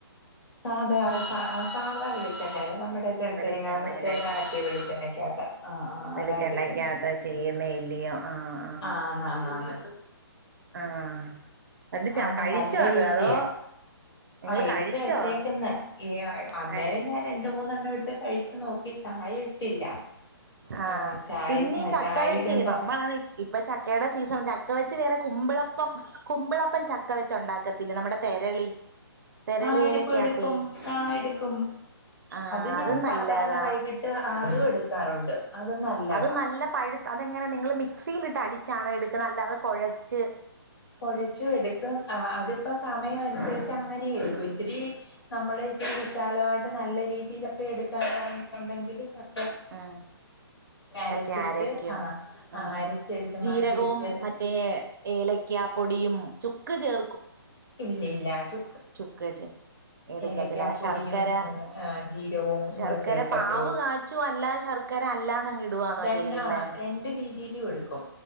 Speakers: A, on the left (about 85°); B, on the right (about 50°).
A: സാദാ സാ സാ സാദാ വെളിച്ചെണ്ണേലാ നമ്മൾ
B: വെളിച്ചെണ്ണയിലായില്ലേ
A: തേങ്ങ തേങ്ങ അട്ടിയ വിളിച്ചെണ്ണക്കകത്താ? ആ ആ
B: വെളിച്ചെണ്ണക്കകത്താ
A: അതാ എടുക്കുന്നേ.
B: ചെയ്യുന്നെ ഇല്ലയോ ആഹ് ആഹ്
A: ആ ആന്ന് ആന്ന്.
B: ആഹ് ച
A: അത്
B: കഴിച്ചോ
A: നല്ല
B: അത്
A: രുചിയാ.
B: അതോ നിങ്ങൾ
A: ആ എടുത്ത്
B: കഴിച്ചോ
A: വെച്ചേക്കന്ന്. ഏ
B: ആഹ്
A: അന്നേരം ഞാന് ണ്ട് മൂന്നെണ്ണം എടുത്ത് കഴിച്ചു നോക്കി. ചായ ഇട്ടില്ല.
B: ആ
A: ആഹ് ചായക്ക്
B: പിന്നെ ഈ ചക്ക
A: ചായ
B: വെച്ചേ
A: ഇടുമ്പോ
B: നമ്മള ആണേ ഇപ്പ ചക്കേടെ സീസൺ ചക്ക വെച്ച് വേറെ കുമ്പിളപ്പം കുമ്പിളപ്പം ചക്ക വെച്ച ഉണ്ടാക്കത്തില്ലേ? നമ്മടെ തെരളി. തെരളിയിലക്കകത്തെ
A: ആ എടുക്കും എടുക്കും ആ എടുക്കും
B: ആഹ്
A: അത് ഞാൻ
B: നല്ലതാ
A: സാധാരണ വൈകിട്ട് ആതും എടുക്കാറുണ്ട് അത് നല്ലതാ
B: അത് നല്ല പഴുത്ത് അതെങ്ങനാ നിങ്ങള് മിക്സിലിട്ട് അടി ആണ എടുക്ക്ന്നേ അല്ലാതെ കൊഴച്ച്
A: കൊഴച്ചു എടുക്കും ആ അതിപ്പോ സമയം അനുസരിച്ച് അങ്ങനെ എടുക്കും. ഇച്ച് രി നമ്മൾ ഇച്ച് രി വിശാലായിട്ട് നല്ല രീതിയിലൊക്കെ എടുക്കാനാണെന്നുണ്ടെങ്കില് ച
B: <unintelligible>
A: അരച്ചിട്ട് ആ അരച്ചെടുത്ത് മാറ്റി വെച്ച്
B: പൊടിയും ചുക്ക് ചേർ
A: ഇല്ല ഇല്ല ചു
B: ചുക്കച്ച എടുക്കത്തില്ല
A: ഏലക്കാപ്പൊടിയും
B: ശർക്കര
A: ജീരകവും
B: ശർക്കര
A: കൂടെ ചേർക്കത്തേ
B: പാവ് കാച്ചുവോ അല്ല ശർക്കര അല്ലാതങ്ങ് ഇടുവാന്നോ
A: രണ്ണ
B: ചെയ്യുന്നേ
A: രണ്ട് രീതി യുവെടുക്കും